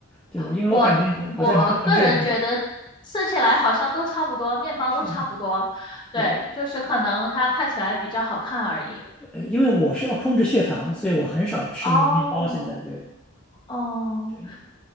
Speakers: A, in the centre; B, on the left.
A: 对吧？因为我感觉好像你更关注这些东西
B: 我我个人觉得吃起来好像都差不多，面包都差不多，
A: 差不多。对，
B: 对，就是可能它看起来比较好看而已。
A: 呃，因为我是要控制血糖，所以我很少吃面包。
B: 哦
A: 现在，对
B: 哦，
A: 对，